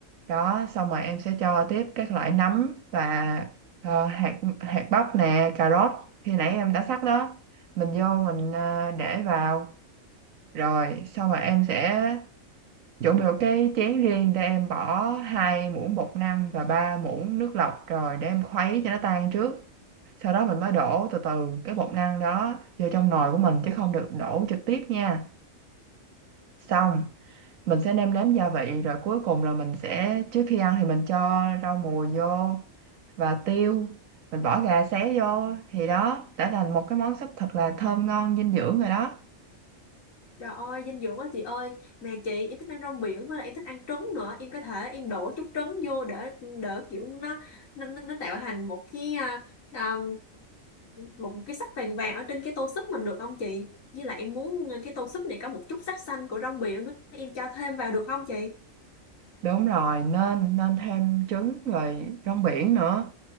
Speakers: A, on the right; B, on the left.
A: Đó, xong rồi em sẽ cho tiếp các loại nấm và ờ, hạt hạt bắp nè, cà rốt khi nãy em đã sắc đó. Mình vô mình ờ, để vào. Rồi xong rồi em sẽ chuẩn bị một cái chén riêng để em bỏ hai muỗng bột năng và ba muỗng nước lọc rồi để em khuấy cho nó tan trước sau đó mình mới đổ từ từ cái bột năng đó vô trong nồi của mình chứ không được đổ trực tiếp nha xong mình sẽ nêm nếm gia vị rồi cuối cùng là mình sẽ trước khi ăn thì mình cho rau mùi vô và tiêu mình bỏ gà xé vô thì đó
B: Ừ.
A: đã thành một cái món súp thật là thơm ngon dinh dưỡng rồi đó
B: Trời ơi dinh dưỡng quá chị ơi Mà chị em thích ăn rong biển với lại em thích ăn trứng nữa Em có thể em đổ chút trứng vô để đỡ kiểu nó nó, nó nó tạo thành một cái à, à, một cái sắc vàng vàng ở trên cái tô súp mình được không chị? Như là em muốn ờ, cái tô súp này có một chút sắc xanh của rong biển nữa Em cho thêm vào được không chị?
A: Đúng rồi, nên nên thêm trứng rồi rong biển nữa.